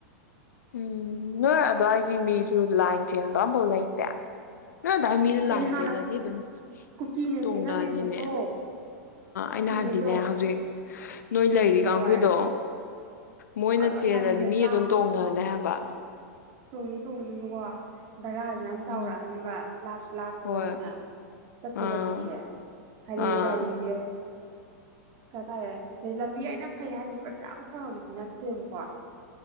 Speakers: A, on the left; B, on the right.
A: ꯎꯝ ꯅꯣꯏ ꯑꯗꯨꯋꯥꯏꯒꯤ ꯃꯤꯁꯨ ꯂꯥꯏꯟ ꯆꯦꯟꯕ ꯑꯃꯐꯥꯎ ꯂꯩꯦ ꯇ ꯅꯗ ꯃꯤꯗ ꯂꯥꯏꯟ
B: ꯍꯥꯟꯅ
A: ꯆꯦꯜꯂꯗꯤ ꯑꯗꯨꯝ
B: ꯀꯨꯀꯤꯅ
A: ꯇꯣꯡꯅꯅꯤꯅꯦ
B: ꯆꯦꯜꯂꯝꯃꯦꯕꯀꯣ ꯀꯨꯀꯤꯈꯩꯗꯣ
A: ꯑꯩꯅ ꯍꯥꯏꯕꯗꯤꯅꯦ ꯍꯧꯖꯤꯛ ꯅꯣꯏ ꯂꯩꯔꯤ ꯀꯥꯡꯕꯨꯨꯗꯣ
B: ꯍꯣꯏ
A: ꯃꯣꯏꯅ
B: ꯑꯗꯣ
A: ꯆꯦꯜꯂꯗꯤ
B: ꯂꯝꯁꯦ
A: ꯃꯤ
B: ꯂꯥꯞꯄꯦ
A: ꯑꯗꯨꯝ ꯇꯣꯡꯅꯅꯤ ꯌꯥꯕ
B: ꯇꯣꯡꯅꯤ ꯇꯣꯡꯧꯕꯅꯤꯕꯀꯣ ꯚꯔꯥꯁꯨ ꯃ ꯌꯥꯝ ꯆꯥꯎꯔꯛꯑꯅꯤꯕ
A: ꯎꯝ
B: ꯂꯥꯞꯁꯨ ꯂꯥꯞꯄꯕꯅꯤꯅ
A: ꯍꯣꯏ
B: ꯆꯠꯄꯩ
A: ꯑꯥ
B: ꯂꯝꯕꯤꯁꯦ ꯍꯥꯏꯗꯤ
A: ꯑꯥ
B: ꯒꯥꯔꯤꯁꯦ ꯀꯇꯥꯔꯦ ꯑꯩ ꯂꯝꯕꯤ ꯑꯩꯅ ꯐꯩ ꯍꯥꯏꯗꯨꯁꯨ ꯀꯩꯁꯨ ꯌꯥꯝ ꯐꯕꯗꯤ ꯅꯠꯇꯦꯕꯀꯣ